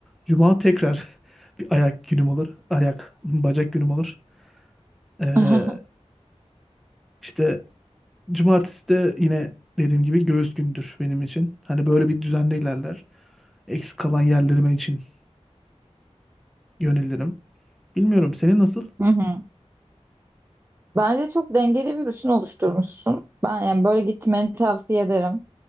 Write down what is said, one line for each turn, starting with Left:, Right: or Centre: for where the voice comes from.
Centre: Cuma tekrar <laughs> bir ayak günüm olur. Ayak, <laughs> bacak günüm olur. Ee,
Right: <laughs>
Centre: işte cumartesi de yine dediğim gibi göğüs gündür benim için. Hani böyle bir düzende ilerler. Eksik kalan yerlerime için yönelirim. Bilmiyorum senin nasıl?
Right: Hı hı. Bence çok dengeli bir rutin oluşturmuşsun. Ben yani böyle gitmeni tavsiye ederim.